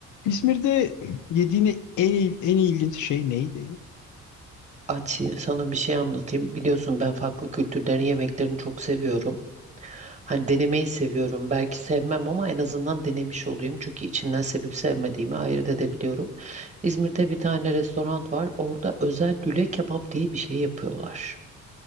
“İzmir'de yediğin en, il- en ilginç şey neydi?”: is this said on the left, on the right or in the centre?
Left